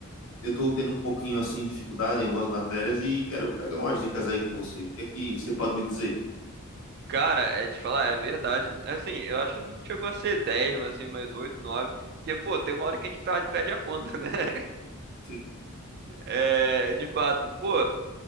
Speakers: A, on the left; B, on the right.
A: eu estou tendo um pouquinho assim de dificuldade em algumas matérias e quero pegar umas dicas aí com você. O que é que você pode me dizer?
B: Cara, é te falar, é verdade. Assim, eu acho que não chegou a ser dez mas assim, mais oito nove Porque, pô, tem uma hora que a gente perde, perde a conta, né? <laughs>
A: Sim,
B: É, de fato. Pô,